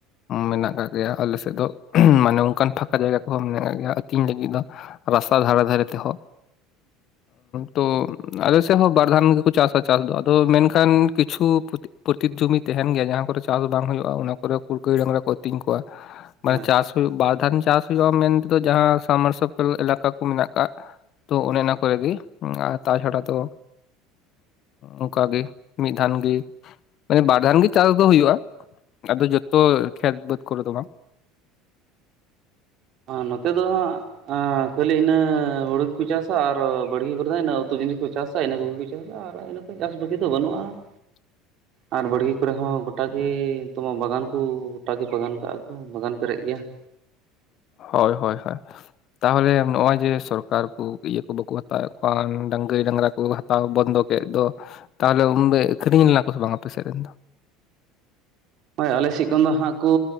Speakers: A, on the left; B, on the right.
A: ᱢᱮᱱᱟᱜ ᱠᱟᱜ ᱜᱮᱭᱟ᱾ ᱟᱞᱮ ᱥᱮᱫ ᱫᱚ ᱢᱟᱱᱮ ᱚᱱᱠᱟᱱ ᱯᱷᱟᱸᱠᱟ ᱡᱟᱭᱜᱟ ᱠᱚᱦᱚᱸ ᱢᱮᱱᱟᱜ ᱜᱮᱭᱟ, ᱟᱹᱛᱤᱧ ᱞᱟᱹᱜᱤᱫ ᱫᱚ᱾ ᱨᱟᱥᱛᱟ ᱫᱷᱟᱨᱮ ᱫᱷᱟᱨᱮ ᱛᱮᱦᱚᱸ ᱛᱚ ᱟᱞᱮ ᱥᱮᱫ ᱦᱚᱸ ᱵᱟᱨ ᱫᱷᱟᱱ ᱜᱮᱠᱚ ᱪᱟᱥᱟ ᱪᱟᱥ ᱫᱚ ᱟᱫᱚ ᱢᱮᱱᱠᱷᱟᱱ ᱠᱷᱟᱱ ᱠᱤᱪᱷᱩ ᱯᱩᱛᱤ ᱯᱩᱨᱛᱤᱛ ᱡᱩᱢᱤ ᱛᱟᱦᱮᱱ ᱜᱮᱭᱟ, ᱡᱟᱦᱟᱸ ᱠᱚᱨᱮ ᱪᱟᱥ ᱵᱟᱝ ᱦᱩᱭᱩᱜᱼᱟ᱾ ᱚᱱᱟ ᱠᱚᱨᱮ ᱠᱩ ᱜᱟᱹᱭ ᱰᱟᱝᱨᱟ ᱠᱚ ᱟᱹᱛᱤᱧ ᱠᱚᱣᱟ᱾ ᱢᱟᱱᱮ
B: ᱦᱳᱭ
A: ᱪᱟᱥ ᱵᱟᱨᱫᱷᱟᱱ ᱪᱟᱥ ᱦᱩᱭᱩᱜᱼᱟ, ᱢᱮᱱ ᱛᱮᱫᱚ ᱡᱟᱦᱟᱸ ᱥᱟᱢᱢᱟᱨᱥᱚᱞ ᱛᱮᱞᱮ ᱮᱞᱟᱠᱟ ᱠᱚ ᱢᱮᱱᱟᱜ ᱠᱟᱫ ᱛᱚ ᱚᱱᱮ ᱚᱱᱟ ᱠᱚᱨᱮ ᱜᱮ ᱟᱨ ᱛᱟᱪᱷᱟᱲᱟ ᱛᱚ ᱚᱱᱠᱟ ᱜᱮ ᱢᱤᱫ ᱫᱷᱟᱱ ᱜᱮ ᱢᱟᱱᱮ ᱵᱟᱨ ᱫᱷᱟᱱ ᱜᱮ ᱪᱟᱥ ᱫᱚ ᱦᱩᱭᱩᱜᱼᱟ᱾ ᱟᱫᱚ ᱡᱚᱛᱚ ᱠᱷᱮᱛ ᱵᱟᱹᱫᱽ ᱠᱚᱨᱮ ᱫᱚ ᱵᱟᱝ ᱾
B: ᱱᱚᱛᱮ ᱫᱚ ᱦᱟᱸᱜ ᱠᱷᱟᱹᱞᱤ ᱤᱱᱟᱹ ᱦᱩᱲᱩ ᱜᱮᱠᱚ ᱪᱟᱥᱟ ᱟᱨ ᱵᱟᱲᱜᱮ ᱠᱚᱨᱮ ᱫᱚ ᱤᱱᱟᱹ ᱩᱛᱩ ᱡᱤᱱᱤᱥ ᱠᱚ ᱪᱟᱥᱟ ᱪᱟᱥᱟ ᱤᱱᱟᱹ ᱠᱚᱜᱮ ᱠᱚ ᱪᱟᱥᱟ ᱟᱨ ᱤᱱᱟᱹ ᱠᱷᱟᱡ ᱪᱟᱥ ᱵᱟᱹᱠᱤ ᱫᱚ ᱵᱟᱹᱱᱩᱜᱼᱟ ᱾
A: <inaudible>
B: ᱟᱨ ᱵᱟᱲᱜᱮ ᱠᱚᱨᱮ ᱦᱚᱸ ᱜᱚᱴᱟᱜᱮ ᱱᱤᱛᱚᱜ ᱢᱟ ᱵᱟᱜᱟᱱ ᱠᱚ, ᱜᱚᱴᱟ ᱜᱮ ᱵᱟᱜᱟᱱ ᱠᱟᱜᱼᱟ ᱠᱚ ᱵᱟᱜᱟᱱ ᱯᱮᱨᱮᱡ ᱜᱮᱭᱟ ᱾
A: ᱦᱳᱭ ᱦᱳᱭ ᱦᱳᱭ ᱾ ᱛᱟᱦᱚᱞᱮ ᱱᱚᱜᱼᱚᱭ ᱡᱮ ᱥᱚᱨᱠᱟᱨ ᱠᱚ ᱤᱭᱟᱹ ᱠᱚ ᱵᱟᱠᱚ ᱦᱟᱛᱟᱣᱮᱫ ᱠᱟᱣᱟ ᱰᱟᱝᱨᱤ ᱜᱟᱹᱭ ᱰᱟᱝᱨᱟ ᱠᱚ ᱦᱟᱛᱟᱣ ᱵᱚᱱᱫᱚ ᱠᱮᱫ ᱫᱚ, ᱛᱟᱦᱚᱞᱮ ᱩᱱ ᱫᱚ ᱟᱹᱠᱷᱨᱤᱧ ᱞᱮᱱᱟ ᱠᱚ ᱥᱮ ᱵᱟᱝ ᱟᱯᱮᱥᱮᱫ ᱨᱮᱱ ᱫᱚ?
B: ᱦᱳᱭ ᱟᱞᱮᱥᱮᱫ ᱠᱷᱚᱱ ᱫᱚ ᱦᱟᱸᱜ ᱠᱚ